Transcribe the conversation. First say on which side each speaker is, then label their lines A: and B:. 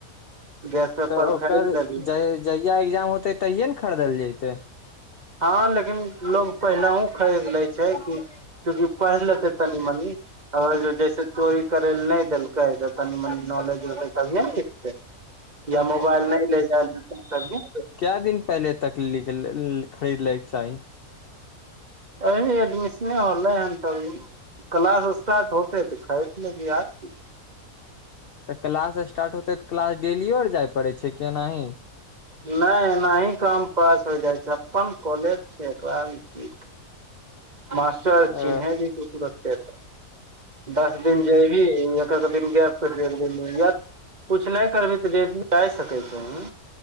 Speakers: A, on the right (about 30°); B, on the left (about 60°).
A: गैस पेपर
B: तऽ ओकर
A: खरीद लेबही
B: जय जहिया इग्जाम होतै तहिये ने खरीदल जेतै।
A: हां लेकिन लोग पहिलहुं खरीद लै छै कि क्यूंकि पैढ़ लेतै तनि-मनि और जे जैसे चोरी करै लए नै देलकै तऽ तनी-मनी नॉलेज होतै तभिये ने लिखतै। या मोबाइल नै लाए जाएल देतै तभिये ने <unintelligible>
B: काए दिन पहले तक लिकलै लि खरीद लैके चाही।
A: अभी एडमिशने होलै हन तभी। क्लास स्टार्ट होतै तऽ खरीद लेभी आर की।
B: तऽ क्लास स्टार्ट होतै तऽ क्लास डेलियो आर जाय पड़ै छै कि एनाही।
A: नै एनाही एकरा मे पास हो जाय छै, अप्पन कॉलेज छै एकरा मे कि मास्टर
B: अ
A: चिन्है जेतौ तुरते ते। दस दिन जैभी इ एक-एक दिन गैप करबी फिर एक दिन <unintelligible> कुछ नै करबी तऽ डेली जाय सकै छही,